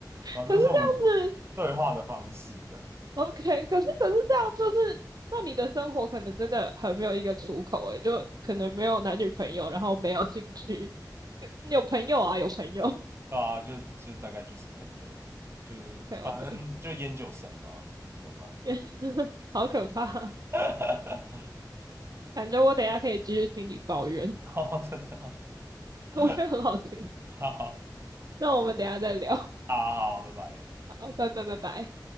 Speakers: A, on the right; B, on the right.
A: 然后这是我们
B: 可是这样子
A: 对话的方式，这样。
B: ，OK，可是可是这样就是，那你的生活可能真的很没有一个出口，诶，就可能没有男女朋友，然后没有兴趣，有朋友啊，有朋友
A: 对啊，就就大概就是朋友，就是反正就烟酒神嘛，
B: ，OK OK，
A: 能怎么办？
B: <laughs> 好可怕，
A: <laughs>
B: 感觉我等一下可以继续听你抱怨，
A: <laughs> 哦，真的哦 <laughs>
B: 我觉得很好听。
A: 好好
B: 那我们等一下再聊，
A: 好，好，拜拜。
B: 好，拜拜拜拜。